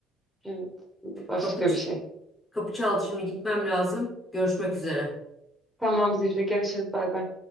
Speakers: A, in the centre; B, on the left (about 15°).
A: Evet, başka
B: Kapı, ç-
A: bir şey.
B: kapı çaldı şimdi gitmem lazım. Görüşmek üzere.
A: Tamam Zühre, görüşürüz. Bay bay.